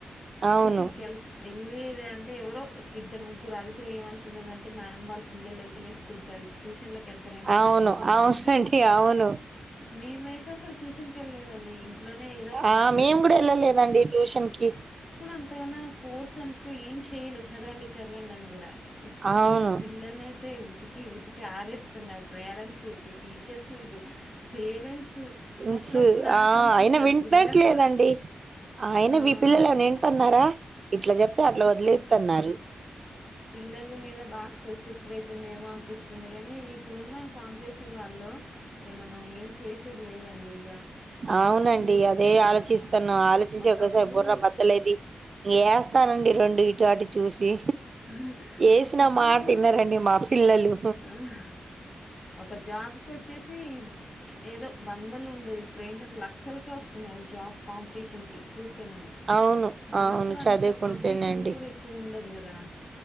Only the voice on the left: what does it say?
ట్యూషన్
కల్ ఇల్ అంటే ఎవరో ఇద్ద ముగ్గురుది కూడా ఏమ అనుకున్నదంటే మేడమ్ వాళ్ళ పిల్లల అయితేనే స్కూల్ క వెళ్ ట్యూషన్ల కెల్టారెమో అంకునే
నేను
మెమైట్ అసలు ట్యూషన్ ెళ్ళలేదండి ఇంట్లోనే ఏదో
మాకు
అంతగానా ఫోర్స్ అంటూ ఏం చేయలే చదవండి చదవండి అని కూడా ఇప్పుడు
మేం పిల్లల్ని అయితే ఉతికి ఉతికి ఆరేస్తున్నారు పేరంట్స్ టీచేర్స్ పేరెంట్స్
అప్పుడప్పుడు నాకు
అనిపిస్తుంది
పిల్లలు
కూడా
ఆ,
పిల్లల మీద బాగా స్ట్రెస్ ఎక్కువైతుందేమో అనిపిస్తుంది కానీ ఇప్పుడున్న కాంపిటీషన్ వాళ్ళ మనం ఏం చేసేది లేదండి ఇక చదవాల్సిందే
పిల్లలు
ఇక
ఒకప్పుడు
ఆహ్
ఒకప్పుడు
ఆహ్ ఒక జాబ్కి వచ్చేసి ఏదో వందలు ఉండేది ఇప్పుడు ఏంటంటే లక్షలకే వస్తున్నారు జాబ్ కాంపిటీషన్ కి చూస్తే మనం
మనప్పుడు
అంత
కాంపిటీషన్ కూడా ఎక్కువ ఉండదు కదా దా